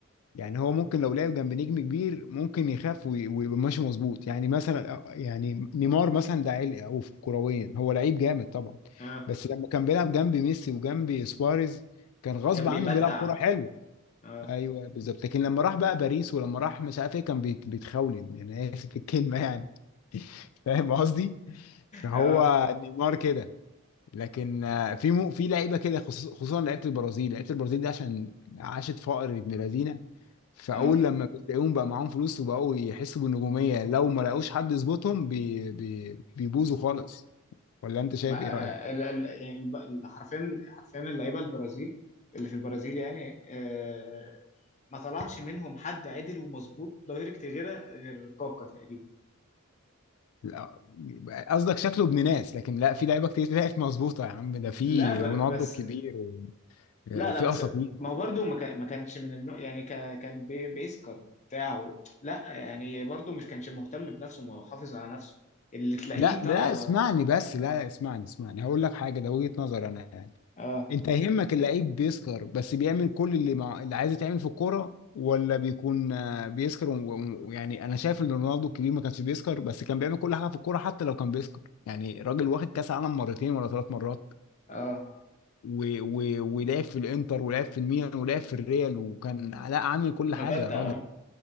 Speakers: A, on the left; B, on the left.
A: يعني هو ممكن لو لعب جنب نجم كبير ممكن يخاف وي- ويبقى ماشي مظبوط يعني مثلا آه، يعني نيمار مثلا ده عيل او في كرويا هو لعيب جامد طبعا
B: اه
A: بس لما كان بيلعب جنب ميسي وجنب سواريز كان غصب
B: كان
A: عنه
B: بيبدع
A: بيلعب كوره حلوه
B: اه
A: ايوه بالظبط لكن لما راح بقى باريس ولما راح مش عارف ايه كان بيت- بيتخولن يعني انا اسف في الكلمه يعني <laughs> فاهم قصدي فهو
B: اه
A: نيمار كده لكن آه، في مو في لعيبه كده خصوص- خصوصا لعيبه البرازيل لعيبه البرازيل دي عشان عاشت فقر ابن لذينه فاول
B: اه
A: لما بتلاقيهم بقى معاهم فلوس وبقوا يحسوا بالنجوميه لو ما لقوش حد يظبطهم بي بي بيبوظوا خالص ولا انت شايف
B: ما آه،
A: ايه رايك
B: ال- ال- يعني الب- ال- حرفيا حرفيا اللعيبه البرازيل اللي في البرازيل يعني آه ما طلعش منهم حد عدل ومظبوط دايركت غير غير كاكا تقريبا
A: لا قصدك شكله ابن ناس لكن لا في لعيبه كتير طلعت مظبوطه يا عم ده في
B: لا ب-
A: رونالدو
B: بس
A: الكبير وفي
B: لا لا بس
A: اساطير
B: ما هو برضه ما كان- ما كانش من النوع يعني كا- كان بي- بيسكر وبتاع و- لا يعني برضه مش كانش مهتم بنفسه ما هو حافظ على نفسه اللي تلاقيه
A: لا لا
B: طالع ب-
A: اسمعني بس لا لا اسمعني اسمعني هقول لك حاجه ده وجهه نظر انا يعني
B: اه
A: انت يهمك اللعيب بيسكر بس بيعمل كل اللي مع... اللي عايز يتعمل في الكوره ولا بيكون آه، بيسكر و- و- يعني انا شايف ان رونالدو الكبير ما كانش بيسكر بس كان بيعمل كل حاجه في الكوره حتى لو كان بيسكر يعني راجل واخد كاس عالم مرتين ولا ثلاث مرات
B: اه
A: و... و... ولعب في الانتر ولعب في الميلان ولعب في الريال وكان لا عامل كل
B: مبدع
A: حاجه يا راجل